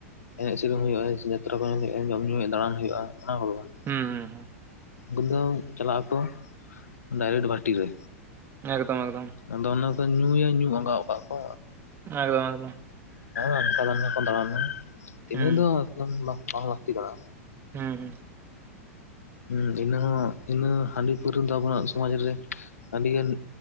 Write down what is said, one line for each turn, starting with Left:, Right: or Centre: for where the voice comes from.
Left: ᱮᱱᱮᱡ ᱥᱮᱨᱮᱧ ᱦᱩᱭᱩᱜᱼᱟ ᱡᱟᱛᱨᱟ <unintelligible> ᱡᱚᱢ ᱧᱩ ᱦᱩᱭᱩᱜᱼᱟ ᱫᱟᱬᱟᱱ ᱦᱩᱭᱩᱜᱼᱟ ᱚᱱᱟ ᱠᱚᱫᱚ ᱵᱟᱝ
Right: ᱦᱩᱸ ᱦᱩᱸ
Left: ᱩᱱ ᱫᱚ ᱪᱟᱞᱟᱜ ᱟᱠᱚ ᱰᱟᱭᱨᱮᱠᱴ ᱵᱷᱟᱴᱤ ᱨᱮ
Right: ᱮᱠᱫᱚᱢ ᱮᱠᱫᱚᱢ
Left: ᱟᱫᱚ ᱚᱱᱟ ᱠᱚ ᱧᱩᱭᱟ ᱧᱩ ᱟᱸᱜᱟᱜᱚᱫ ᱠᱟᱜᱼᱟ ᱠᱚ
Right: ᱟᱜᱫᱚᱢ ᱮᱜᱫᱚᱢ
Left: ᱟᱱᱠᱟ ᱫᱟᱱᱠᱟ ᱠᱚ ᱫᱟᱬᱟᱱᱟ ᱛᱤᱱᱟᱹᱜ
Right: ᱦᱩᱸ
Left: ᱫᱚ ᱮᱠᱫᱚᱢ ᱫᱚ ᱵᱟᱝ ᱞᱟᱹᱠᱛᱤ ᱠᱟᱱᱟ
Right: ᱦᱩᱸ ᱦᱩᱸ
Left: ᱦᱩᱸ ᱤᱱᱟᱹᱦ ᱤᱱᱟᱹ ᱦᱟᱺᱰᱤ ᱯᱟᱹᱣᱨᱣ ᱫᱚ ᱟᱵᱚᱱᱟᱜ ᱥᱚᱢᱟᱡ ᱨᱮ ᱟᱹᱰᱤᱜᱟᱱ